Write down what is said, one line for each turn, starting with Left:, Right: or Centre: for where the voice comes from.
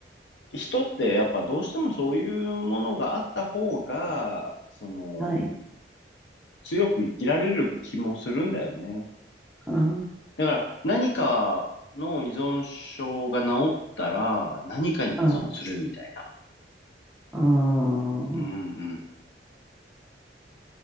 Left: 人ってやっぱどうしてもそういうものがあった方が、その、
Centre: はい。
Left: 強く生きられる気もするんだよね。
Centre: あー
Left: だから何かの依存症が治ったら何かに依存するみたいな。
Centre: はい。ああ、
Left: うんうん。